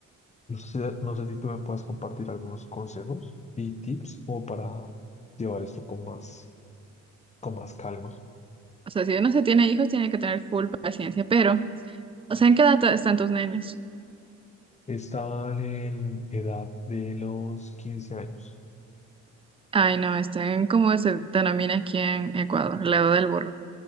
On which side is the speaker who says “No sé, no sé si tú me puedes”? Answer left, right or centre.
Left